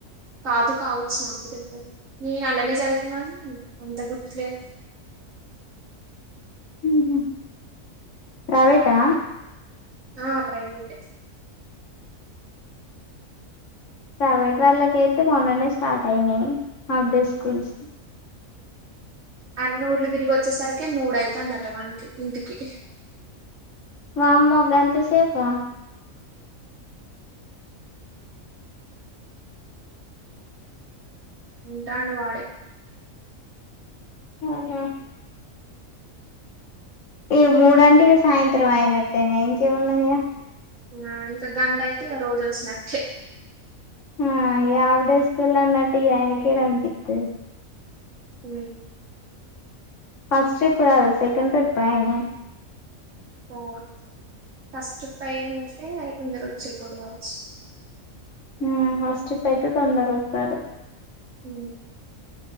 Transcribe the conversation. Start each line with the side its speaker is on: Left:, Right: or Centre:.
Right: కాదు కావచ్చు నాగూడ తెల్వద్. నేను అలానే చదువుకున్నాన్, అంత గుర్తులేదు.
Left: ఉహ్ హు ప్రవేటా
Right: ఆ ప్రైవేటే
Left: ప్రైవేట్ వాళ్ళకయితే మొన్ననే స్టార్ట్ అయినాయి. హాఫ్ డే స్కూల్స్
Right: అన్నుర్లు తిరిగి వచ్చేసరికి మూడయితందట. వానీకి, ఇంటికి
Left: మామ్మొగగ అంత సేపా
Right: ఉంటాడు వాడే
Left: ఆహా ఈ మూడంటికి సాయంత్రం అయినట్టేనా ఇంకేమున్నాయ్యా
Right: ఆ ఇంకా గంట అయితే ఆ రోజు వచ్చినట్టే
Left: ఆ ఆవిడే స్కూల్ అన్నట్టు ఆయనకే అనిపిస్తు
Right: ఉ
Left: ఫస్ట్ ట్రిప్ కాదు సెకండ్ ట్రిప్ అయనే
Right: ఓ కష్టట్ పతే అ తందర రచ్చ తడిచ్చు
Left: హ అస్త్ అయితే తొందర ఇస్తారు
Right: హ